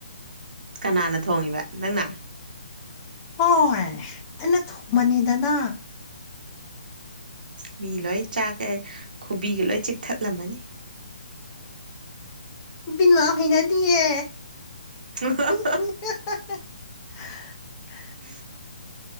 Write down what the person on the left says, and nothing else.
ꯍꯣꯏ ꯑꯩꯅ ꯊꯣꯡꯕꯅꯤꯗꯅ
ꯕꯤꯅꯥꯥ ꯍꯩꯅꯗꯤꯌꯦ
<unintelligible>